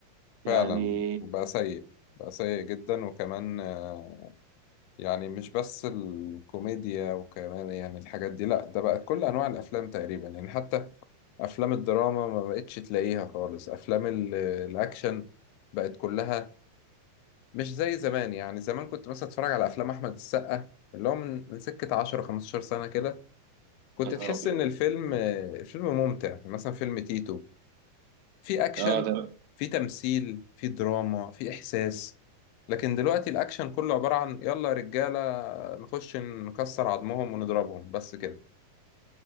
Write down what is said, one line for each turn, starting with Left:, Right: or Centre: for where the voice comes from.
Left: فعلا
Right: يعني
Left: بقى سيء بقى سيء جدا وكمان آه، يعني مش بس الكوميديا وكمان يعني الحاجات دي لا ده بقت كل انواع الافلام تقريبا يعني حتى افلام الدراما ما بقتش تلاقيها خالص افلام ال- الاكشن بقت كلها مش زي زمان يعني زمان كنت مثلا اتفرج على افلام احمد السقا اللي هو من من سكة 10 15 سنة كده كنت
Right: يا نهار
Left: تحس
Right: ابيض
Left: ان الفيلم الفيلم ممتع يعني مثلا فيلم تيتو في اكشن
Right: اه ده
Left: في تمثيل في دراما في احساس لكن دلوقتي الاكشن كله عبارة عن يلا يا رجالة نخش نكسر عظمهم ونضربهم بس كده